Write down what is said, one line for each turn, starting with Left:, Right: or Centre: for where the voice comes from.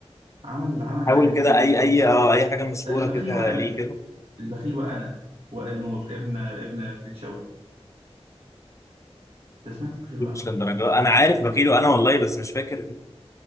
Right: عمل عمل حاجات
Left: حاول كده اي اي اه اي حاجه مشهوره
Right: البخيل
Left: كده
Right: وأنا
Left: ليه كده
Right: البخيل وأنا وائل نور ابن ابن فريد شوقي أنت سمعت البخيل وأنا
Left: مش للدرجه انا عارف بخيله انا والله بس مش فاكر مين